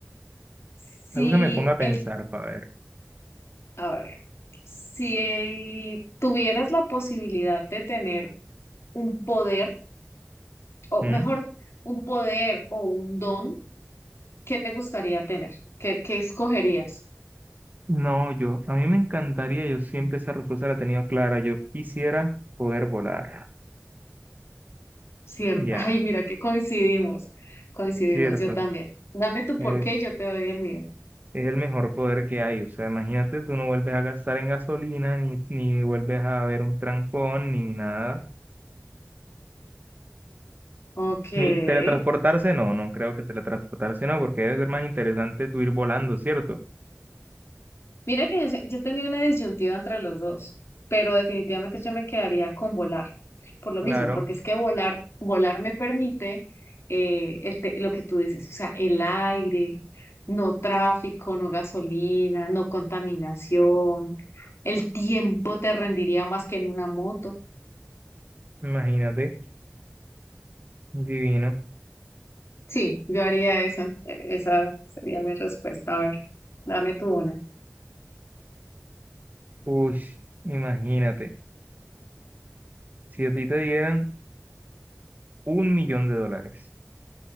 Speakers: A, on the left (about 60°); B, on the right (about 35°).
A: Si
B: Algo que me ponga a pensar
A: el,
B: para
A: a ver, si tuvieras la posibilidad de tener un poder, o
B: ver.
A: mejor, un poder o un don, ¿qué te gustaría tener? ¿Qué, qué escogerías?
B: No, yo, a mí me encantaría, yo siempre esa respuesta la he tenido clara, yo quisiera poder volar,
A: ¿Cierto?
B: ya,
A: Ay, mira que coincidimos. Coincidimos,
B: cierto,
A: yo también. Dame tu
B: es,
A: porqué y yo te doy el mío.
B: es el mejor poder que hay, o sea, imagínate, tú no vuelves a gastar en gasolina, ni, ni vuelves a ver un trancón, ni nada,
A: Ok.
B: ni teletransportarse, no, no creo que teletransportarse no, porque debe ser más interesante tú ir volando, ¿cierto?
A: Mira que yo, se- yo tenía una disyuntiva entre los dos, pero definitivamente yo me quedaría con volar, por lo
B: Claro,
A: mismo, porque es que volar, volar me permite eh, el te- lo que tú dices, o sea, el aire, no tráfico, no gasolina, no contaminación, el tiempo te rendiría más que en una moto.
B: imagínate, divino,
A: Sí, yo haría eso, esa sería mi respuesta. A ver, dame tu una.
B: uy, imagínate, si a ti te dieran un millón de dólares.